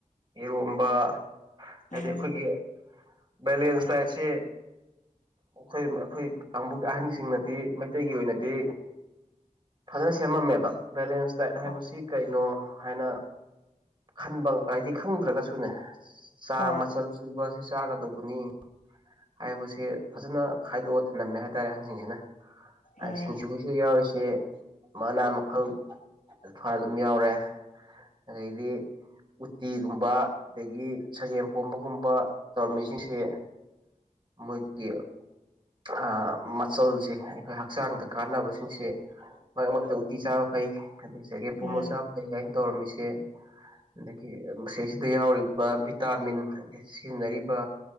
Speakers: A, on the right (about 35°); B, on the left (about 65°).
A: ꯏꯔꯣꯝꯕ ꯍꯥꯏꯗꯤ
B: ꯎꯝ
A: ꯑꯩꯈꯣꯏꯒꯤ ꯕꯦꯂꯦꯟꯁ ꯗꯥꯏꯠꯁꯤꯦ ꯑꯩꯈꯣꯏ ꯑꯩꯈꯣꯏ ꯀꯥꯡꯕꯨꯒꯤ ꯑꯍꯟꯁꯤꯡꯅꯗꯤ ꯃꯩꯇꯩꯒꯤ ꯑꯣꯏꯅꯗꯤ ꯐꯖꯅ ꯁꯦꯝꯃꯝꯃꯦꯕ ꯕꯦꯂꯦꯟꯁ ꯗꯥꯏꯠ ꯍꯥꯏꯕꯁꯤ
B: ꯑꯣ
A: ꯀꯩꯅꯣ ꯍꯥꯏꯅ ꯈꯟꯕ ꯍꯥꯏꯗꯤ ꯈꯪꯗ꯭ꯔꯒꯁꯨꯅꯦ ꯆꯥꯛ
B: ꯍꯣꯏ
A: ꯃꯆꯜ ꯁꯨꯕ ꯁꯦ ꯆꯥꯒꯗꯧꯕꯅꯤ ꯍꯥꯏꯕꯁ ꯐꯖꯅ ꯈꯥꯏꯗꯣꯛꯑ ꯊꯤꯟꯂꯝꯝꯃꯦ ꯍꯥꯏꯇꯥꯔꯦ ꯑꯍꯟꯁꯤꯡꯁꯤꯅ ꯑꯩ
B: ꯎꯝ
A: ꯁꯤꯡꯖꯨꯁꯤꯗ ꯌꯥꯎꯔꯤꯁꯦ ꯃꯅꯥ ꯃꯈꯜ ꯊ ꯑꯗꯨꯝ ꯌꯥꯎꯔꯦ ꯑꯗꯩꯗꯤ ꯎꯠꯇꯤꯒꯨꯝꯕ ꯑꯗꯒꯤ ꯁꯒꯦꯝ ꯄꯣꯝꯕꯒꯨꯝꯕ ꯇꯧꯔꯝꯃꯤꯁꯤꯡꯁꯦ ꯃ <inaudible> <unintelligible> ꯃꯆꯜꯁꯦ ꯑꯩꯈꯣꯏ ꯍꯛꯆꯥꯡꯗ ꯀꯥꯟꯅꯕꯁꯤꯡꯁꯦ ꯃꯔꯛ ꯃꯔꯛꯇ ꯎꯇꯤ ꯆꯥꯕ ꯐꯩ ꯑꯗꯩ ꯆꯒꯦꯄꯣ
B: ꯎꯝ
A: ꯃꯣꯆꯥ ꯐꯩ ꯀꯥꯏꯅ ꯇꯧꯔꯝꯃꯤꯁꯦ ꯑꯗꯒꯤ ꯃꯁꯤꯁꯤꯗ ꯌꯥꯎꯔꯤꯕ ꯚꯤꯇꯥꯃꯤꯟ ꯑ ꯁꯤꯖꯤꯟꯅꯔꯤꯕ